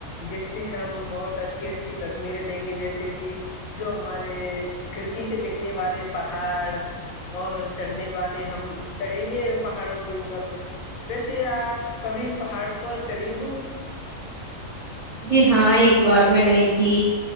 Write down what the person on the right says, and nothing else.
جی ہاں ایک بار میں گئی تھی